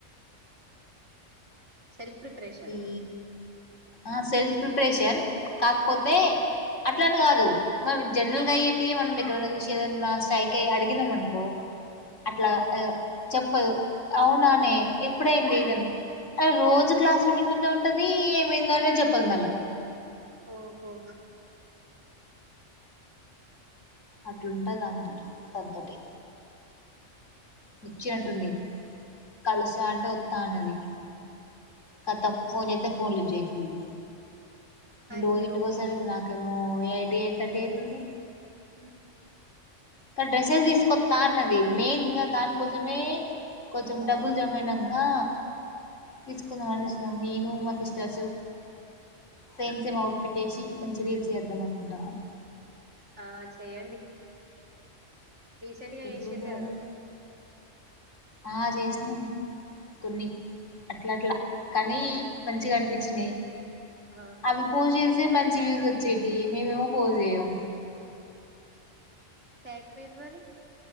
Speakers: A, on the right; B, on the left.
A: సెల్ఫ్ ప్రిపరేషన్
B: ఈ ఆ సెల్ఫ్ ప్రిపరేషన్ కాకపోతే అట్లాని కాదు మనం జనరల్గా అయ్యేట్టి మనం ఎక్కడైనా చూసి ఏదన్నా స్ట్రైక్ అయి అడిగినాం అనుకో అట్లా
A: హ్మ్
B: ఎదో చెప్పు తప్పదు అవునానే ఎప్పుడైంది ఇదంత అరే రోజు క్లాసులు వింటునే ఉంటది ఏమైందో అనేది చెప్పదు మళ్ళా
A: ఓహో
B: అట్లుంటది దాన్తోని తంతటి నచ్చినట్టుంది కలుస్తా అంటే వత్తా అన్నది ఖతం
A: హ్మ్.
B: ఫోన్ జేత్తే ఫోన్ లిఫ్ట్ చేయట్లేదు నేను
A: అయ్యో
B: రోజింటికి వచ్చేసారికి నాకేమో ఎయిట్ ఎయిట్ థర్టీ అవుతుంది
A: అ
B: కాని డ్రెస్సెస్ తీసుకొస్తా అన్నది మెయిన్గ దానికోసమే కొంచెం డబ్బులు జమయినకా తీసుకుందాం అనిజుసినం నేను మా sisters same same outfit వేసి మంచి రీల్స్ చేద్దాం అనుకుంటాన్నాము
A: ఆ చెయ్యండి రీసెంట్ గా
B: ఎట్లుంటదండి
A: చేసిర్రు గదా
B: ఆ చేసిందండి కొన్ని అట్ల అట్లా కానీ మంచిగా అనిపించినయి
A: ఆ
B: అవి పోజ్చేస్తే మంచి వ్యూస్ వచ్చేవి మేమేమో పోజ్ చేయ్యం
A: చేయ్యకపోయిర్రు మరి